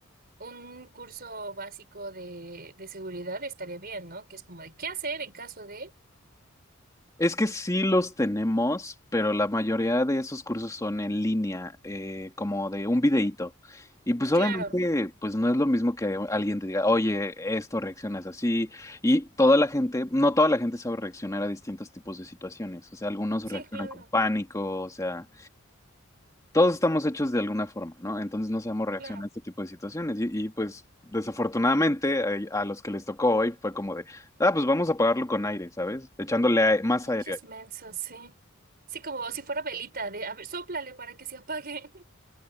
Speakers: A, on the right; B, on the left.
A: un curso básico de, de seguridad estaría bien, ¿no? Que es como de qué hacer en caso de...
B: Es que sí los tenemos, pero la mayoría de esos cursos son en línea, eh, como de un videíto. Y pues obviamente,
A: Claro,
B: pues no es lo mismo que alguien te diga, oye, esto reaccionas así. Y toda la gente, no toda la gente sabe reaccionar a distintos tipos de situaciones. O sea, algunos
A: sí,
B: reaccionan
A: claro,
B: con pánico, o sea... todos estamos hechos de alguna forma, ¿no? Entonces no sabemos reaccionar
A: claro.
B: a este tipo de situaciones. Y, y, pues desafortunadamente eh, a, los que les tocó hoy fue como de, ah, pues vamos a pagarlo con aire, ¿sabes? Echándole ae- más
A: Pinches
B: aire.
A: mensos, sí. Sí, como si fuera velita de, a ver, sóplale para que se apague. <laughs>